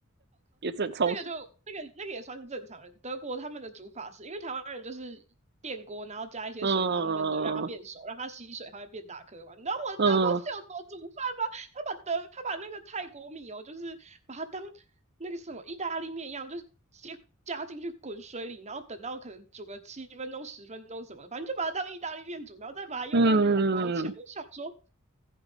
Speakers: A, on the right (about 55°); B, on the right (about 35°).
A: 也是很充实。
B: 那个就那个那个也算是正常人。德国他们的煮法是，因为台湾人就是电锅，然后加一些水，
A: 嗯
B: 然后焖的，让它变熟，让它吸水，它会变大颗嘛。你知道我的德国室友怎么煮饭吗？
A: 嗯嗯，
B: 他把德他把那个泰国米哦，就是把它当那个什么意大利面一样，就是直接加进去滚水里，然后等到可能煮个七分钟、十分钟什么的，反正就把它当意大利面煮，然后再把它用那个滤网捞起来。
A: 嗯嗯嗯嗯
B: 我想说，